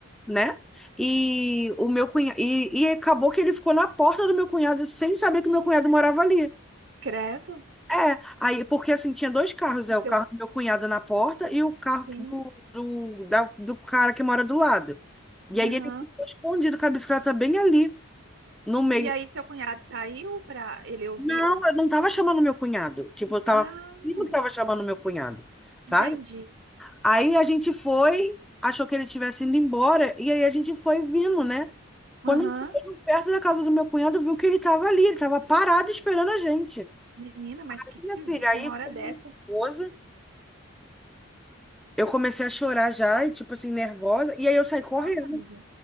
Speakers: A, in the centre; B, on the right.
A: né? E o meu cunhado. E, e acabou que ele ficou na porta do meu cunhado sem saber que o meu cunhado morava ali.
B: credo.
A: É, aí, porque assim, tinha dois carros, é
B: E
A: o
B: seu...
A: carro do meu cunhado na porta e o carro
B: Sim,
A: do, do, da- do cara que mora do lado. E aí
B: aham.
A: ele ficou escondido com a bicicleta bem ali, no meio.
B: E aí seu cunhado saiu pra... Ele ouviu?
A: Não, eu não tava chamando meu cunhado. Tipo, eu tava.
B: Ah,
A: Eu não tava chamando meu cunhado, sabe?
B: entendi.
A: Aí a gente foi, achou que ele tivesse indo embora, e aí a gente foi vindo, né?
B: Aham.
A: Quando a gente chegou perto da casa do meu cunhado, viu que ele tava ali, ele tava parado esperando a gente.
B: Menina, mas que
A: Minha
B: esquisita,
A: filha, aí,
B: tem uma hora
A: como
B: dessa.
A: esposa, eu comecei a chorar já, e tipo assim, nervosa, e aí eu saí correndo.
B: Nossa, amiga.